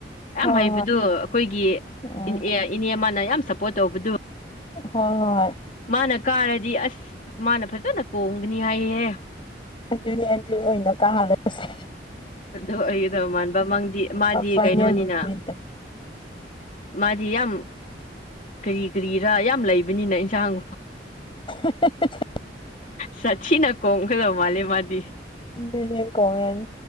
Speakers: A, on the left (about 45°); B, on the left (about 30°).
A: ꯌꯥꯝ
B: ꯍꯣꯏ
A: ꯍꯩꯕꯗꯨ
B: ꯍꯣꯏ
A: ꯑꯥꯈꯣꯏꯒꯤ
B: ꯎꯝ
A: ꯏꯟ ꯑꯦ ꯢꯅꯦ ꯑꯃꯅ ꯌꯥꯝ ꯁꯞꯄꯣ꯭ꯔꯠ ꯇꯧꯕꯗꯨ
B: ꯍꯣ ꯍꯣꯏ ꯍꯣꯏ
A: ꯃꯥꯅ ꯀꯥꯔꯗꯤ ꯑꯁ ꯃꯥꯅ ꯐꯖꯅ ꯀꯣꯡꯒꯅꯤ ꯍꯥꯏꯌꯦꯍꯦ
B: ꯑꯗꯨꯅꯦ ꯑꯗꯨ ꯑꯣꯏꯅ ꯀꯥꯍꯜꯂꯁꯦ
A: ꯑꯣ ꯑꯩꯗꯧ ꯃꯥꯟꯕ ꯃꯪꯗꯤ ꯃꯥꯗꯤ
B: ꯐꯥꯏꯅꯦꯜ
A: ꯀꯩꯅꯣꯅꯤꯅ
B: ꯅꯨꯃꯤꯠꯇ
A: ꯃꯥꯗꯤ ꯌꯥꯝ ꯀ꯭ꯔꯤ ꯀ꯭ꯔꯤꯔꯥ ꯌꯥꯝ ꯂꯩꯕꯅꯤꯅ ꯏꯟꯁꯥꯡ
B: <unintelligible>
A: ꯁꯥꯊꯤꯅ ꯀꯣꯡꯒꯗꯕ ꯃꯥꯜꯂꯦ ꯃꯥꯗꯤ
B: ꯗꯨꯅꯦ ꯀꯣꯡꯔꯅꯤ